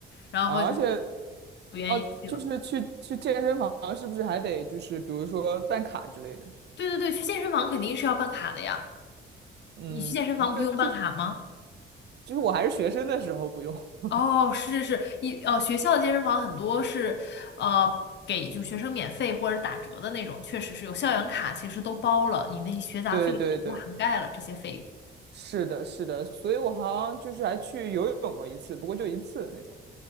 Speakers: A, on the left; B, on the right.
A: 然后就
B: 啊，而且
A: 不愿意去了。
B: 哦，就是去去健身房，是不是还得就是比如说办卡之类的？
A: 对对对，去健身房肯定是要办卡的呀。
B: 嗯，
A: 你去健身房不用办卡吗？
B: 对，就就是我还是学生的时候不用。<laughs>
A: 哦，是是是，一哦，学校的健身房很多是，呃，给就学生免费或者打折的那种，确实是有校园卡，其实都包了，你那些学杂费也都涵盖了这些费用。
B: 对对对，是的，是的，所以我好像就是还去游泳过一次，不过就一次那种。